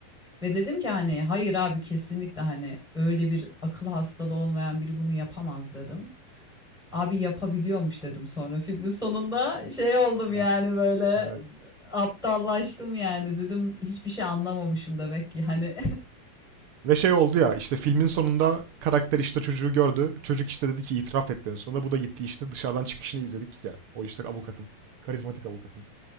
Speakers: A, in the centre; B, on the right.
A: Ve dedim ki hani hayır abi kesinlikle hani öyle bir akıl hastalığı olmayan biri bunu yapamaz dedim. Abi yapabiliyormuş dedim sonra <laughs> filmin sonunda şey oldum
B: Ya,
A: yani böyle
B: evet.
A: aptallaştım yani dedim hiçbir şey anlamamışım demek ki hani
B: Ve şey oldu ya işte filmin sonunda karakter işte çocuğu gördü. Çocuk işte dedi ki itiraf etti en sonunda. Bu da gitti işte dışarıdan çıkışını izledik ya. O işte avukatın. Karizmatik avukatın.